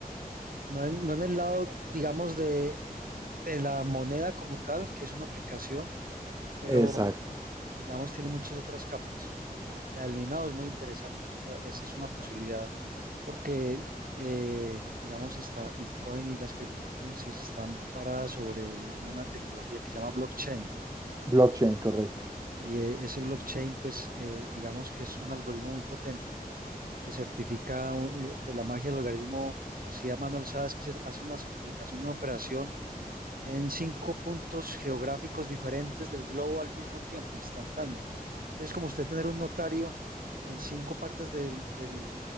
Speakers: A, on the right (about 65°); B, on the right (about 25°).
A: no en, no en el lado, digamos, de, de la moneda como tal, que es una aplicación, pero,
B: Exacto,
A: digamos, tiene muchas otras capas. La del minado es muy interesante. Esa, esa es una posibilidad porque, eh, digamos, está Bitcoin y las cryptocurrencies están paradas sobre una tecnología que se llama blockchain.
B: blockchain, correcto.
A: Y eh, ese blockchain, pues, eh, digamos que es un algoritmo muy potente que certifica, eh, pues, la magia del algoritmo así a mano alzada es que cer- hace una certificación de una operación en cinco puntos geográficos diferentes del globo al mismo tiempo, instantánea. Entonces, como usted tener un notario en cinco partes del, del,